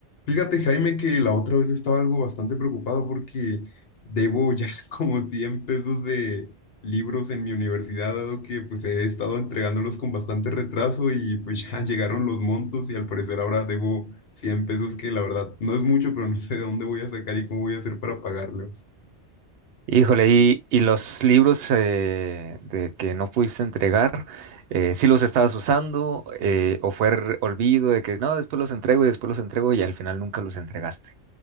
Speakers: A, on the left; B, on the right.
A: Fíjate, Jaime, que la otra vez estaba algo bastante preocupado porque debo ya <laughs> como 100 pesos de libros en mi universidad, dado que pues he estado entregándolos con bastante retraso y pues <laughs> ya llegaron los montos y al parecer ahora debo 100 pesos que la verdad no es mucho, pero no sé de dónde voy a sacar y cómo voy a hacer para pagarlos.
B: Híjole, y, y los libros eh, de que no pudiste entregar, eh, ¿sí los estabas usando eh, o fue r- olvido de que no, después los entrego y después los entrego y al final nunca los entregaste?